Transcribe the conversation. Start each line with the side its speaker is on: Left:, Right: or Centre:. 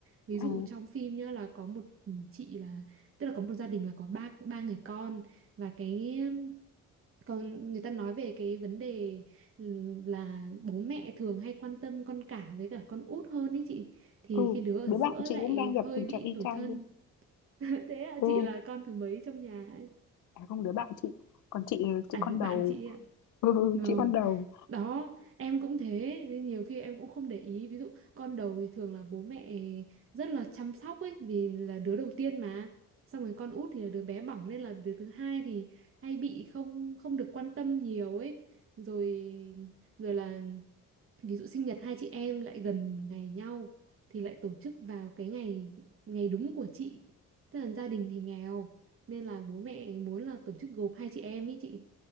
Right: ví
Left: à,
Right: dụ trong phim nhá là có một chị là tức là có một gia đình là có ba ba người con và cái còn người ta nói về cái vấn đề ừ, là bố mẹ thường hay quan tâm con cả với cả con út hơn ý chị thì
Left: ừ,
Right: cái đứa
Left: đứa
Right: ở giữa
Left: bạn chị
Right: lại
Left: cũng đang
Right: hơi
Left: gặp tình
Right: bị
Left: trạng y
Right: tủi
Left: chang
Right: thân
Left: luôn.
Right: <laughs> thế à,
Left: Ừ.
Right: chị là con thứ mấy trong nhà
Left: À, không, đứa bạn chị, còn chị chị
Right: à,
Left: con đầu.
Right: bạn chị ạ
Left: Ừ, <laughs>
Right: vâng
Left: chị con đầu.
Right: đó em cũng thế nên nhiều khi em cũng không để ý ví dụ con đầu thì thường là bố mẹ rất là chăm sóc ấy vì là đứa đầu tiên mà xong rồi con út thì là đứa bé bỏng nên là đứa thứ hai thì hay bị không không được quan tâm nhiều ấy rồi rồi là ví dụ sinh nhật hai chị em lại gần ngày nhau thì lại tổ chức vào cái ngày ngày đúng của chị tức là gia đình thì nghèo nên là bố mẹ muốn là tổ chức gộp hai chị em ý chị